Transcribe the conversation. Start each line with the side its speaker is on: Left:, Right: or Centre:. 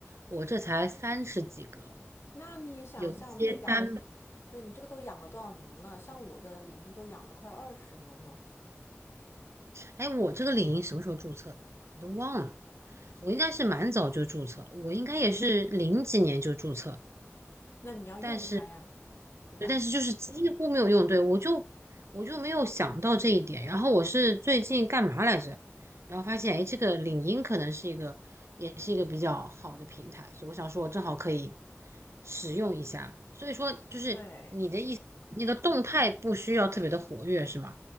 Right: 我这才三十几个，
Left: 那你想一下，
Right: 有一些单，
Left: 我们都养，对你这个都养了多少年了？像我的领英都养了快二十年了，
Right: 哎，我这个领英什么时候注册的？我都忘了。我应该是蛮早就注册了我应该也是零几年就注册，
Left: 那你要用它呀，
Right: 但。
Left: 对吧？
Right: 对，但是就是几乎没有用。对，我就我就没有想到这一点。然后我是最近干嘛来着？然后发现，哎，这个领英可能是一个，也是一个比较好的平台，所以我想说，我正好可以使用一下。所以说，就是
Left: 对，
Right: 那个动态不需要特别的活跃，是吗？